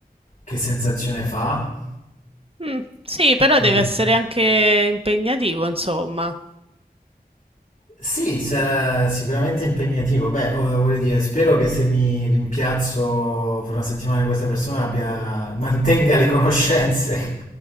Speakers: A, on the left; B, on the right.
A: che sensazione fa.
B: Mm, sì, però
A: Quindi.
B: deve essere anche impegnativo, insomma.
A: Sì, sarà sicuramente impegnativo. Beh, eh, voglio dire, spero che se mi rimpiazzo per una settimana di questa persona abbia, mantenga le conoscenze.